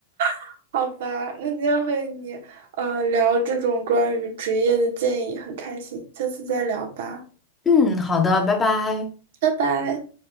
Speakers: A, on the right; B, on the left.
A: <laughs> 好吧，那今天和你呃聊这种关于职业的建议很开心，下次再聊吧，
B: 嗯，好的，拜拜。
A: 拜拜。